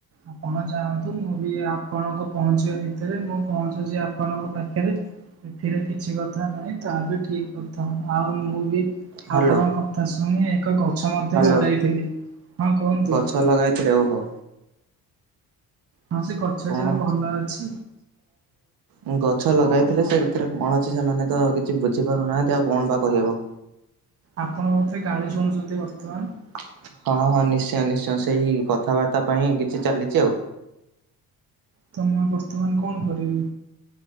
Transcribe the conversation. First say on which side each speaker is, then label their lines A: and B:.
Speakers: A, on the right (about 40°); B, on the right (about 65°).
A: ଆପଣ ଯାଆନ୍ତୁ ମୁଁ ବି ଆପଣଙ୍କ ପହଞ୍ଚିବା ଭିତରେ ମୁଁ ପହଞ୍ଚୁଛି ଆପଣଙ୍କ ପାଖେରେ ଏଥିରେ କିଛି କଥା ନାହିଁ ତା ବି ଠିକ କଥା। ଆଉ ମୁଁ ବି
B: ହ୍ୟାଲୋ
A: ଆପଣଙ୍କ କଥା ଶୁଣି ଏକ ଗଛ ମଧ୍ୟ
B: ହ୍ୟାଲୋ
A: ଲଗାଇଥିଲି। ହଁ କୁହନ୍ତୁ
B: ଗଛ ଲଗାଇଥିଲେ ଓହୋ।
A: ହଁ ସେ ଗଛଟି
B: କଣ
A: ଏବେ ଭଲ ଅଛି।
B: ମୁଁ କ ଗଛ ଲଗାଇଥିଲେ ସେ ଭିତରେ କଣ ଅଛି ସେମାନେ ତ କିଛି ବୁଝିପାରୁନାହାନ୍ତି ଆଉ କଣ ବା କହିହେବ।
A: ଆପଣ ବୋଧେ ଗାଳି ଶୁଣୁଛନ୍ତି ବର୍ତ୍ତମାନ।
B: ହଁ ହଁ ନିଶ୍ଚୟ ନିଶ୍ଚୟ ସେଇ କଥାବାର୍ତ୍ତା ପାଇଁ କିଛି ଚାଲିଚି ଆଉ।
A: ତ ମୁଁ ବର୍ତ୍ତମାନ କଣ କରିବି?